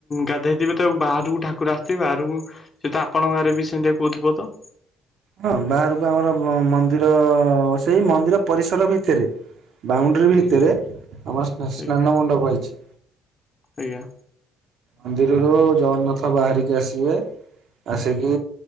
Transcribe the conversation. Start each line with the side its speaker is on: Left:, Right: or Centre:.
Left: ଗାଧେଇଥିବେ, ତାକୁ ବା ହାରକୁ ଠାକୁର ଆସିଥିବେ ବାହାରକୁ, ସେ ତ ଆପଣଙ୍କ ଆଗରେ ବି ସେମିତିଆ କହୁଥିବ ତ?
Right: ହଁ ବାହାରକୁ ଆମର ମନ୍ଦିର, ସେଇ ମନ୍ଦିର ପରିସର ଭିତରେ ବାଉଣ୍ଡରି ଭିତରେ
Left: ଆଜ୍ଞା
Right: ଆମର ସ୍ନା ସ୍ନାନ
Left: ଆଜ୍ଞା
Right: ମଣ୍ଡପ ହେଇଛି।
Left: ଆଜ୍ଞା।
Right: ମନ୍ଦିରରୁ ଜଗନ୍ନାଥ ବାହାରିକି ଆସିବେ ଆସିକି